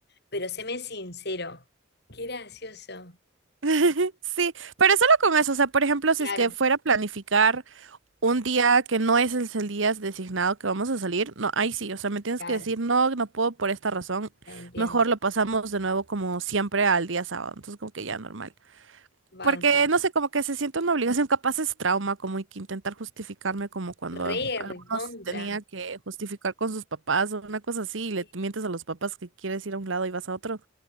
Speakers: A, on the left; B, on the right.
A: Pero séme sincero. Qué gracioso.
B: <laughs> Sí, pero solo con eso, o sea, por ejemplo, si
A: Claro,
B: es que fuera a planificar un día que no es el, el día designado que vamos a salir, no, ahí sí, o sea, me tienes
A: claro,
B: que decir, no, no puedo por esta razón,
A: te entiendo.
B: mejor lo pasamos de nuevo como siempre al día sábado, entonces como que ya normal.
A: Banco.
B: Porque, no sé, como que se siente una obligación, capaz es trauma, como que intentar justificarme como cuando
A: Re,
B: algunos
A: recontra.
B: tenía que justificar con sus papás o una cosa así, y le
A: Sí,
B: mientes a los papás que quieres ir a un lado y vas a otro.